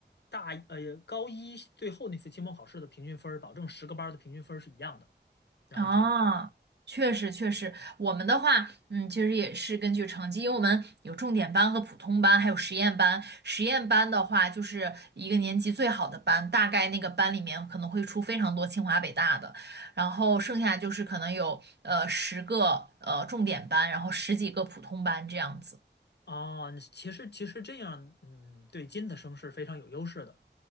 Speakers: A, on the left (about 65°); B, on the right (about 65°).
A: 大一呃高一最后那次期末考试的平均分儿，保证十个班儿的平均分儿是一样的，然后这样
B: 哦，确实确实，我们的话，嗯，其实也是根据成绩，因为我们有重点班和普通班，还有实验班。实验班的话，就是一个年级最好的班，大概那个班里面可能会出非常多清华北大的，然后剩下就是可能有呃十个呃重点班，然后十几个普通班这样子。
A: 啊，其实其实这样，嗯，对尖子生是非常有优势的